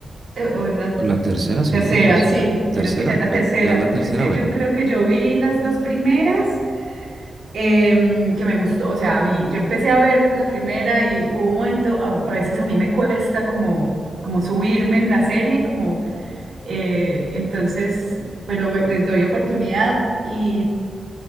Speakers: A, on the right (about 65°); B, on the right (about 45°).
A: Eh, o es la
B: o la tercera, segunda
A: Tercera,
B: o tercera,
A: sí,
B: tercera,
A: creo que ya es la
B: cre-
A: tercera,
B: ya la
A: porque
B: tercera,
A: es que
B: bueno.
A: yo creo que yo vi las dos primeras em, que me gustó, o sea, a mí, yo empecé a ver la primera y hubo un momento, a, a veces a mí me cuesta como, como subirme en la serie, como, eh, entonces, pero bueno, les doy oportunidad y